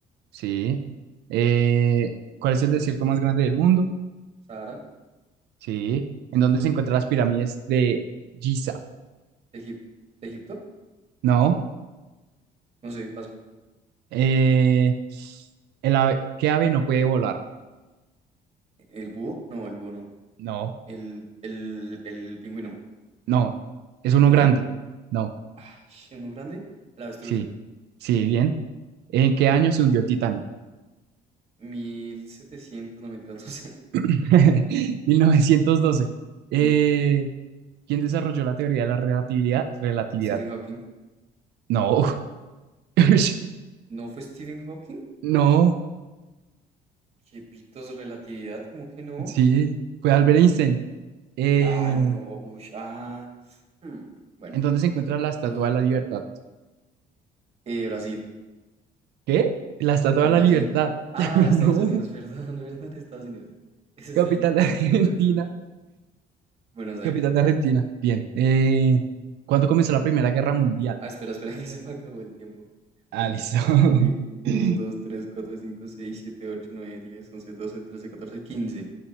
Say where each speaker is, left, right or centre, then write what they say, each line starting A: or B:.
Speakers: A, on the right; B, on the right.
A: Sí. Eh, ¿cuál es el desierto más grande del mundo?
B: Sahara,
A: Sí. ¿En dónde se encuentran las pirámides de Giza?
B: Egip- Egipto,
A: No.
B: no sé, paso.
A: Eh, el ave- ¿qué ave no puede volar?
B: ¿El búho? No, el búho no.
A: No.
B: El, el, el pingüino.
A: No. ¿Es uno
B: ¿No?
A: grande? No.
B: Ah, sh- uno grande. El avestruz.
A: Sí. Sí, bien. ¿En qué año se hundió el Titanic?
B: 1700, no me <laughs> no sé.
A: <laughs> 1912. Eh,
B: No.
A: ¿quién desarrolló la teoría de la relatividad? Relatividad.
B: Stephen Hawking.
A: No. <laughs>
B: ¿No fue Stephen Hawking?
A: No.
B: ¿Qué pitos relatividad? ¿Cómo que no?
A: Sí. Fue Albert Einstein. Eh,
B: Ay, no. Ush, ah. Mm, bueno,
A: ¿En dónde se encuentra la Estatua
B: puedo debatirlo.
A: de la Libertad?
B: Eh, Brasil.
A: ¿Qué? La Estatua
B: Al
A: de
B: Brasil.
A: la Libertad.
B: Ah,
A: <laughs>
B: Estados
A: No.
B: Unidos, <laughs> perdón, perdón, Estados Unidos. Ese es
A: Capital
B: el
A: de
B: Cristo
A: Argentina.
B: Redentor. Buenos Aires.
A: Capital de Argentina. Bien. Eh, ¿cuándo comenzó la Primera Guerra Mundial?
B: Ah, espera, espera, <laughs> que se me acabó el tiempo.
A: Ah,
B: Ok,
A: listo.
B: respondí uno,
A: <laughs>
B: 2, 3, 4, 5, 6, 7, 8, 9, 10, 11, 12, 13, 14, 15.